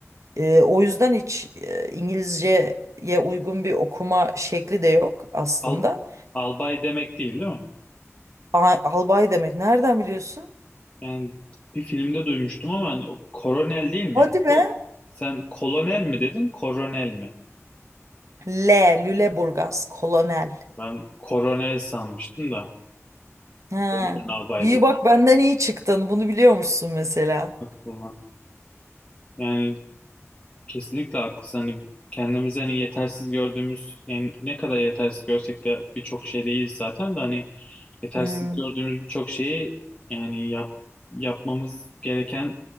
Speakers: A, on the right; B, on the left.
A: E, o yüzden hiç e, İngilizceye uygun bir okuma şekli de yok aslında.
B: Al, albay demek değil değil mi?
A: A- albay demek. Nereden biliyorsun?
B: Yani bir filmde duymuştum ama hani o koronel değil mi?
A: Hadi be.
B: O- sen kolonel mi dedin, koronel mi?
A: L. Lüleburgaz. Kolonel.
B: Ben koronel sanmıştım da.
A: Ha.
B: O yüzden albay
A: İyi
B: dedim.
A: bak benden iyi çıktın. Bunu biliyormuşsun mesela.
B: Aklına. Yani Kesinlikle haklısın. Hani kendimizi hani yetersiz gördüğümüz yani ne kadar yetersiz görsek de birçok şey değiliz zaten de hani yetersiz
A: Hmm,
B: gördüğümüz birçok şeyi yani yap, yapmamız gereken